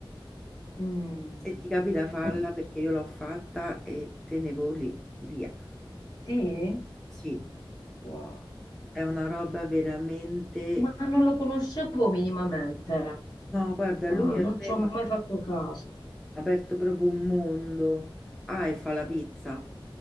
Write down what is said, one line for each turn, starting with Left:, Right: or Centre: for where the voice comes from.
Left: Mm.
Centre: Se ti capita falla
Left: <laughs>
Centre: perché io l'ho fatta e te ne voli via.
Left: Sì?
Centre: Sì,
Left: Wow.
Centre: è una roba veramente
Left: Ma non lo conoscevo minimamente.
Centre: No, guarda, lui
Left: Ah, non
Centre: a me
Left: ci ho
Centre: mi
Left: mai
Centre: ha
Left: fatto caso.
Centre: aperto proprio un mondo. Ah, e fa la pizza,